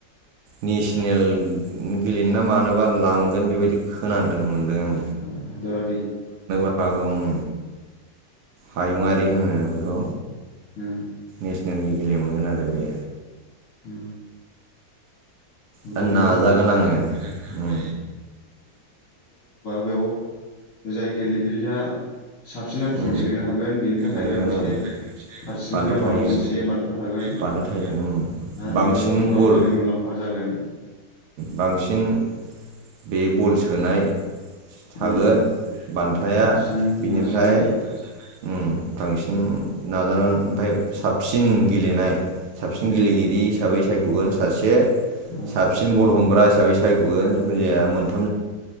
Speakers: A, on the right; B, on the left.
A: नेसनेल गेलेनो ना मानोबा लांगोन बेबायदि खोनादों मोनदों आं।
B: <unintelligible>
A: हागौ उम। हायुङारि होनो बेखौ
B: ओ
A: नेसनेल गेलेनो मोनगोन आरो बे
B: ओ <inaudible> <inaudible>
A: दा
B: जेनबा
A: नाजागोन आङो उम
B: बेयाव जाय गेलेगिरिया साबसिन हामसिन
A: उम
B: गेलेनो हागोन बेनि थाखायबो
A: नोगोद
B: मोनसे
A: औ
B: हारसिङैनो
A: बान्था थायो
B: माबा मोनसे बान्था थागोन
A: बान्था थायो उम
B: आरो
A: बांसिन
B: बेहाबो गावनिनो
A: गल
B: मुलाम्फा जागोन
A: बांसिन बे बल सोनाय थागोन
B: उम
A: बान्थाया
B: बांसिन
A: बिनिफ्राय
B: नाजानाय
A: फाय ओम बांसिन नाजानानै ओमफाय साबसिन गेलेनाय साबसिन
B: उम
A: गेलेगिरि हिसाबै। सायखगोन सासे
B: अ
A: साबसिन बल हमग्रा हिसाबै सायखयो जिखुन जाया मोन